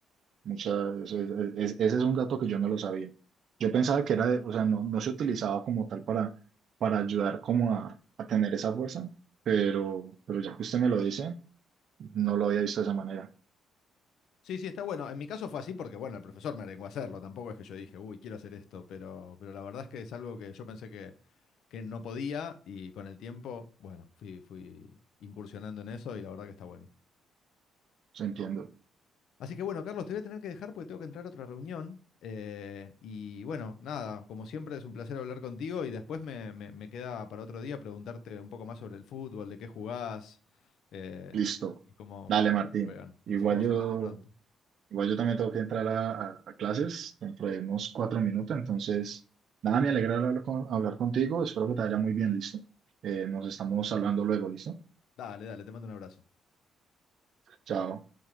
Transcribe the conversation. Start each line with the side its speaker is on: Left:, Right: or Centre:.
Right: Muchas, es- es- ese es un dato que yo no lo sabía. Yo pensaba que era de, o sea, no, no se utilizaba como tal para, para ayudar como a, a tener esa fuerza, pero, pero ya que usted me lo dice, no lo había visto de esa manera.
Left: Sí, sí, está bueno. En mi caso fue así porque, bueno, el profesor me arengó a hacerlo. Tampoco es que yo dije, uy, quiero hacer esto, pero, pero la verdad es que es algo que yo pensé que, que no podía y con el tiempo, bueno, fui, fui incursionando en eso y la verdad que está bueno.
Right: Se entiendo.
Left: Así que bueno, Carlos, te voy a tener que dejar porque tengo que entrar a otra reunión. eh, y bueno, nada, como siempre es un placer hablar contigo y después me, me- me queda para otro día preguntarte un poco más sobre el fútbol, de qué jugás eh,
Right: Listo.
Left: y cómo,
Right: Dale,
Left: cómo
Right: Martín.
Left: juegan. Nos
Right: Igual
Left: estamos
Right: yo,
Left: hablando pronto.
Right: igual yo también tengo que entrar a, a- a clases dentro de unos cuatro minutos, entonces, nada, me alegra hablar, con- hablar contigo. Espero que te vaya muy bien, listo. Eh, nos estamos hablando luego, ¿listo?
Left: Dale, dale, te mando un abrazo.
Right: Chao.